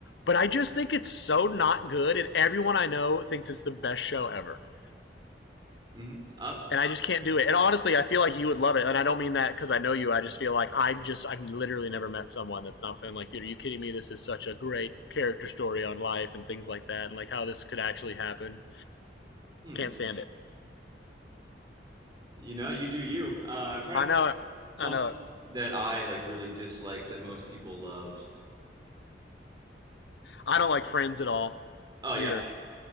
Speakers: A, on the left; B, on the right.
A: But I just think it's so not good, and everyone I know thinks it's the best show ever.
B: Mhm. Uh,
A: and I just can't do it. And honestly, I feel like you would love it. And I don't mean that because I know you. I just feel like I'm just I've literally never met someone that's not been like, dude, are you kidding me? This is such a great character story on life and things like that, and like how this could actually happen.
B: hmm.
A: Can't stand it.
B: You know, you do you. Uh, I'm trying
A: I
B: to think
A: know it.
B: of something
A: I know it.
B: that I like really dislike that most people loved.
A: I don't like Friends at all
B: Oh yeah,
A: either.